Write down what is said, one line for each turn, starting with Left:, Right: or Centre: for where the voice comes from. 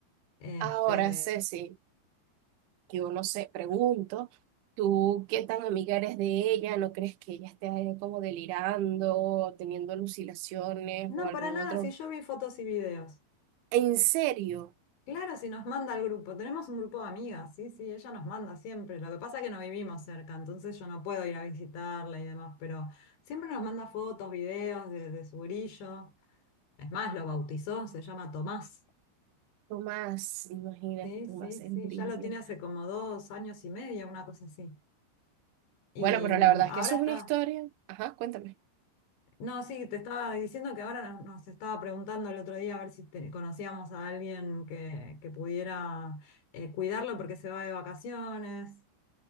Left: Este,
Right: Ahora, Ceci, yo no sé, pregunto, ¿tú qué tan amiga eres de ella? ¿No crees que ella esté eh, como delirando, teniendo alucinaciones
Left: no,
Right: o algún
Left: para nada,
Right: otro?
Left: si yo vi fotos y videos.
Right: En serio,
Left: Claro, si nos manda al grupo. Tenemos un grupo de amigas, sí, sí, ella nos manda siempre. Lo que pasa es que no vivimos cerca, entonces yo no puedo ir a visitarla y demás, pero siempre nos manda fotos, videos de, de su grillo. Es más, lo bautizó, se llama Tomás.
Right: Tomás, imagínate,
Left: Sí,
Right: Tomás,
Left: sí,
Right: el
Left: sí,
Right: grillo.
Left: ya lo tiene hace como dos años y medio, una cosa así. Y
Right: Bueno, pero
Left: mm,
Right: la verdad
Left: ahora
Right: es que eso
Left: está.
Right: es una historia. Ajá, cuéntame.
Left: No, sí, te estaba diciendo que ahora nos nos estaba preguntando el otro día a ver si te- conocíamos a alguien que, que pudiera eh, cuidarlo porque se va de vacaciones.